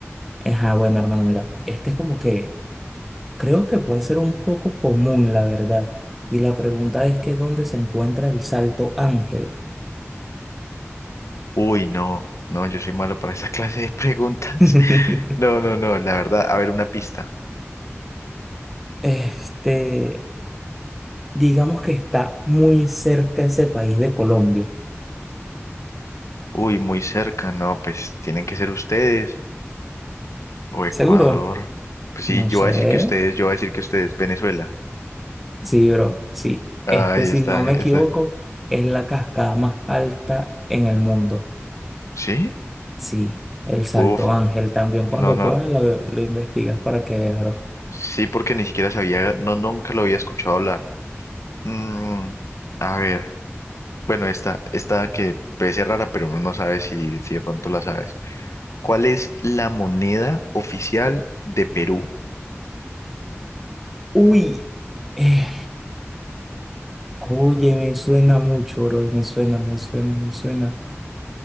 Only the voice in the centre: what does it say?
Ajá, bueno, hermano, mira, este es como que. Creo que puede ser un poco común, la verdad. Y la pregunta es que ¿dónde se encuentra el Salto Ángel?
<laughs>
Este, digamos que está muy cerca ese país de Colombia.
¿Seguro?
No
sé.
Sí, bro. Sí.
Este,
si
no me
equivoco,
es la cascada más alta en el mundo.
Sí, el Salto
Ángel también.
Cuando
puedas lo, lo investigas para que veas, bro.
Uy. eh, Oye, me suena mucho, bro. Me suena, me suena, me suena.